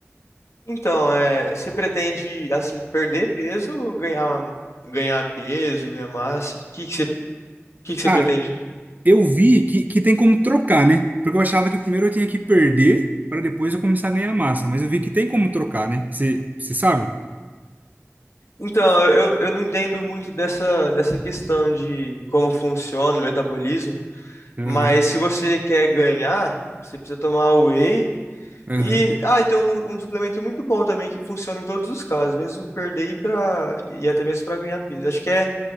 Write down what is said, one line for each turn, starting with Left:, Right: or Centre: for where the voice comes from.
Left: Então, é. Você pretende, assim, perder peso ou ganhar, ganhar peso, ganhar massa? O que que você, o que que você
Right: Cara,
Left: pretende?
Right: eu vi que, que tem como trocar, né? Porque eu achava que primeiro eu tinha que perder para depois eu começar a ganhar massa, mas eu vi que tem como trocar, né? Você, você sabe?
Left: Então, eu, eu não entendo muito dessa, dessa questão de como funciona o metabolismo,
Right: Aham,
Left: mas se você quer ganhar, você precisa tomar whey.
Right: aham.
Left: E, ah, e tem um, um suplemento muito bom também que funciona em todos os casos, mesmo perder e, pra, e até mesmo para ganhar peso. Acho que é